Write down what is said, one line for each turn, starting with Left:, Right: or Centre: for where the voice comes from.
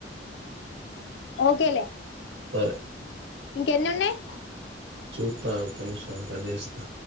Left: ఒకే లే
Right: ఆ
Left: ఇంకెన్ని ఉన్నాయి
Right: చూస్తా ఒక్క నిమిషం కట్ చేస్తా